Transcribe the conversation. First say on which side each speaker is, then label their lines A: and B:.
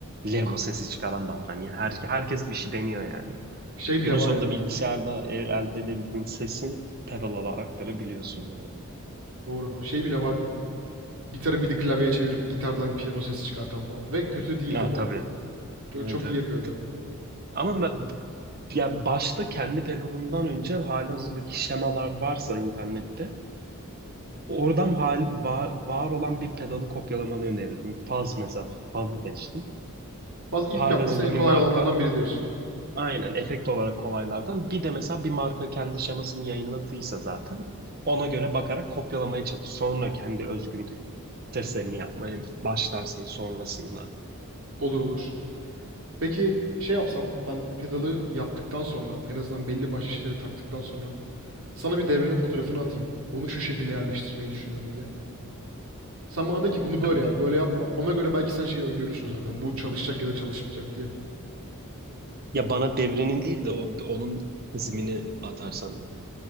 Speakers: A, on the right; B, on the right.
A: Lego sesi çıkaran da var. Hani her, herkes bir şey deniyor yani.
B: Şey bile
A: Günün
B: var
A: sonunda
B: ya.
A: bilgisayarda el- elde edebildiğin sesi pedala da aktarabiliyorsun yani.
B: Doğru. Şey bile vardı. Gitarı midi klavyeye çevirip gitardan piyano sesi çıkartan falan. Ve kötü değildi
A: Ya
B: bu
A: tabii.
B: arada. Çok,
A: Evet
B: çok iyi
A: evet.
B: yapıyordu.
A: Ama ben, ya başta kendi pedalından önce halihazırdaki şemalar varsa internette Oradan hal, va- var, olan bir pedalı kopyalamanı öneririm. Faz mesela. Faz'ı seçtim.
B: Fazla ilk
A: Halihazırda
B: yapması en kolay
A: bir marka
B: olanlardan biri diyorsun.
A: aynen efekt olarak kolaylardan. Bir de mesela bir marka kendi şemasını yayınladıysa zaten ona göre bakarak kopyalamaya çalış. Sonra kendi özgün seslerini yapmaya başlarsın sonrasında.
B: Olur olur. Peki şey yapsam ben pedalı yaptıktan sonra en azından belli başlı şeyleri taktıktan sonra sana bir devrenin fotoğrafını atayım. Bunu şu şekilde yerleştirmeyi düşünüyorum diye. Sen bana de ki bunu böyle
A: Ya
B: yap, böyle yapma. Ona göre belki sen şeyi öngörürsün zaten. Bu çalışacak ya da çalışmayacak diye.
A: ya bana devrenin değil de o, onun hızmini atarsan